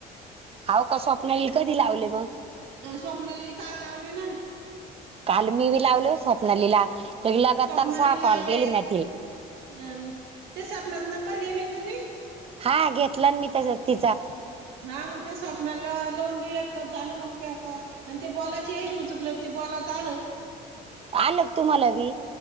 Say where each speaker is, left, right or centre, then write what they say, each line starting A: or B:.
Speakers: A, on the right; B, on the right.
A: हाव का स्वप्नाली ला कधी लावले मग.
B: अ स्वप्नलील काल लावले ना.
A: काल मी बी लावलो स्वप्नली ला लगग
B: स्वप्नाली
A: तार सहा
B: लावले
A: कॉल गेली मतील.
B: अ ते स्पनाचा नंबर गेले तुम्ही.
A: हा घेतला मी त्याचा.
B: हा मग ते स्वप्नाला लावून देऊया का झालं मग की आता. आणि ते बॉलाची येल उजुकलं ते बॉलाच आलं.
A: आलग तुम्हाला बी.